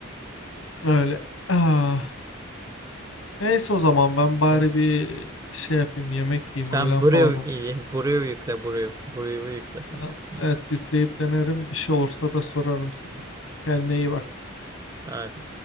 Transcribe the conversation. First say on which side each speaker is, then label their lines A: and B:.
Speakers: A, on the left (about 75°); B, on the right (about 15°).
A: Öyle. Ah, neyse o zaman ben bari
B: evet.
A: bir şey yapayım yemek yiyeyim
B: Sen
A: öğlen
B: Brew,
A: falan olur.
B: iyi. Brew yükle Brew. Brew'u yükle sen.
A: Ya,
B: Evet.
A: evet yükleyip denerim bir şey olursa da sorarım sana. Kendine iyi bak.
B: Hadi.